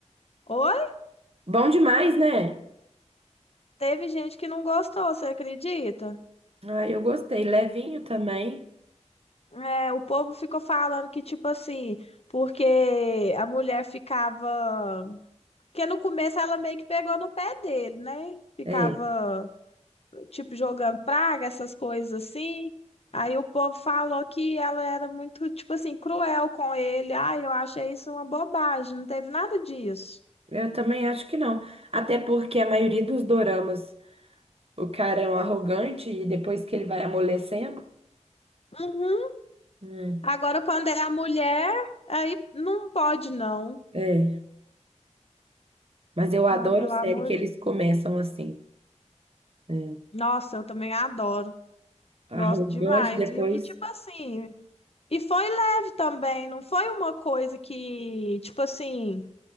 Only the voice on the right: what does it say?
Bom demais, né?
Ah, eu gostei. Levinho também.
É,
eu também acho que não. Até porque a maioria dos doramas, o cara é um arrogante e depois que ele vai amolecendo.
né?
É. Mas eu adoro
série
que eles
começam
assim. é,
Arrogante,
depois.